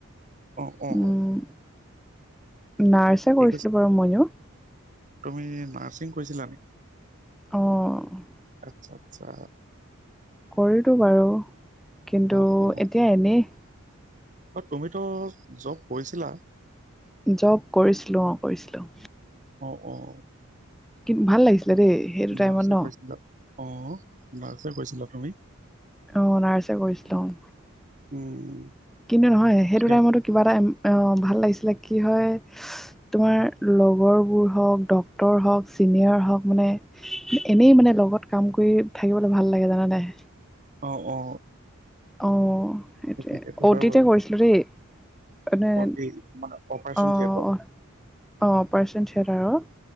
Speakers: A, on the right (about 35°); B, in the centre.
A: অ', অ',
B: উম নাৰ্ছে
A: কি
B: কৰিছিলোঁ
A: কৈছা
B: বাৰু মইয়ো।
A: তুমি নাৰ্ছিং কৰিছিলা নি?
B: অ'।
A: আচ্ছা-আচ্ছা।
B: কৰিতো বাৰু, কিন্তু
A: অ অ
B: এতিয়া এনেই
A: তুমিতো জব কৰিছিলা?
B: জব কৰিছিলোঁ অ', কৰিছিলোঁ।
A: অ', অ'।
B: কিন্তু ভাল লাগিছিলে দেই। সেইটো টাইমত
A: নাৰ্চ
B: ন
A: কৈছিলা? অ', নাৰ্ছে কৈছিলা তুমি?
B: অ', নাৰ্চ এ কৰিছিলোঁ অ'।
A: উম।
B: কিন্তু নহয়, সেইটো
A: কিয়
B: টাইমতো কিবা এটা ভাল লাগিছিলে, কি হয় তোমাৰ লগৰবোৰ হওঁক, ডক্তৰ হওঁক, চিনিয়ৰ হওঁক মানে এনেই মানে লগত কাম কৰি থাকিবলৈ ভাল লাগে, জানা নাই?
A: অ', অ'।
B: অ', সেইটোৱেই,
A: সেইটো সেইটো
B: অতিটো
A: হয় বাৰু
B: কৰিছিলোঁ দেই। এানে
A: ফৰ্টি
B: অ',
A: মানে অপাৰেচন
B: অ',
A: থিয়েটাৰ
B: অ', অপাৰ্চন থিয়েটাৰ অ'।